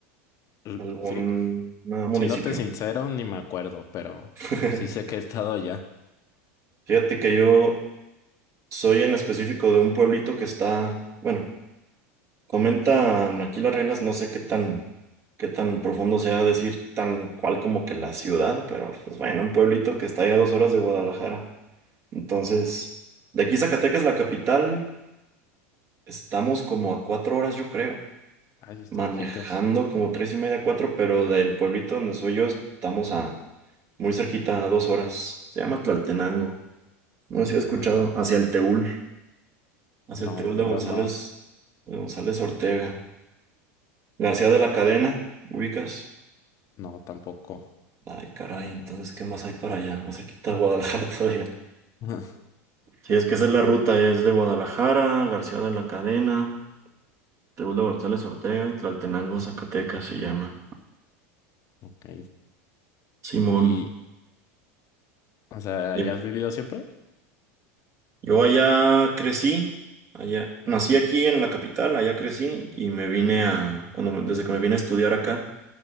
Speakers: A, on the left; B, on the right.
A: L-
B: algún
A: Sí,
B: ah, municipio?
A: siéndote sincero, ni me acuerdo, pero
B: <laughs>
A: sí sé que he estado allá.
B: Fíjate que yo soy en específico de un pueblito que está, bueno, comentan aquí las reglas, no sé qué tan, qué tan profundo sea decir tan cual como que la ciudad, pero pues bueno, un pueblito que está ya a dos horas de Guadalajara. Entonces, de aquí Zacatecas, la capital, estamos como a cuatro horas, yo creo.
A: Ay, sí está
B: manejando
A: lejitos.
B: como tres y media, cuatro, pero del pueblito donde soy yo estamos a muy cerquita, a dos horas. Se llama Tlaltenango. No sé si has
A: Tenango.
B: escuchado, hacia el Teúl, hacia
A: No,
B: el Teúl
A: la verdad
B: de González,
A: no,
B: de González Ortega. García de la Cadena, ubicas.
A: no tampoco.
B: Ay, caray, entonces, ¿qué más hay para allá? Más cerquita de Guadalajara <laughs> todavía.
A: Ajá,
B: Sí, es que esa es la ruta, es de Guadalajara, García de la Cadena, Teúl de González Ortega y Tlaltenango, Zacatecas se llama.
A: Ok.
B: Simón.
A: Y, o sea,
B: Dime.
A: ¿ya has vivido siempre?
B: Yo allá crecí, allá nací aquí en la capital, allá crecí y me vine
A: Ajá.
B: a, cuando me- desde que me vine a estudiar acá,